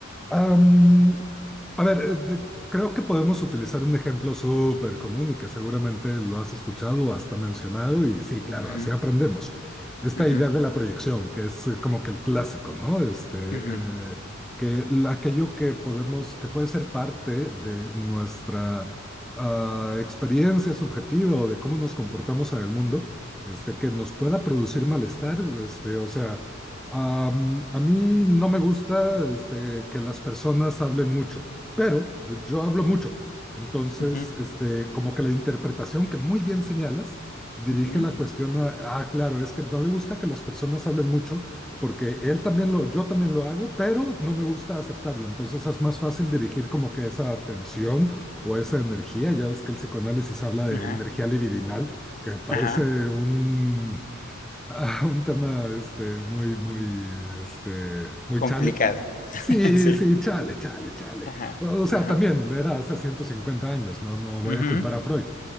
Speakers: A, in the centre; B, on the left.
A: Am, a ver, eh, de- creo que podemos utilizar un ejemplo súper común y que seguramente lo has escuchado o hasta mencionado y sí, claro,
B: Ujú,
A: así aprendemos. Esta
B: ujú,
A: idea de la proyección, que es eh, como que el clásico, ¿no? Este, eh,
B: ujú,
A: que la- aquello que podemos, que puede ser parte de nuestra ah, experiencia subjetiva o de cómo nos comportamos en el mundo, este, que nos pueda producir malestar, este, o sea... Am, a mí no me gusta este, que las personas hablen mucho, pero eh, yo hablo mucho. Entonces,
B: ujú,
A: este, como que la interpretación que muy bien señalas dirige
B: ujú,
A: la cuestión a, ah, claro, es que no le gusta que las personas hablen mucho porque él también lo, yo también lo hago, pero no me gusta aceptarlo. Entonces es más fácil dirigir como que esa atención o esa energía. Ya ves que el psicoanálisis habla de
B: ajá.
A: energía libidinal, que me parece
B: Ajá,
A: un <laughs> a un tema este, muy, muy, este, muy
B: complicado.
A: chale.
B: <laughs>
A: Sí, sí,
B: Sí,
A: chale, chale, chale.
B: ajá,
A: O o sea,
B: ajá.
A: también era hace 150 años, no, no voy
B: Ujú,
A: a culpar a Freud.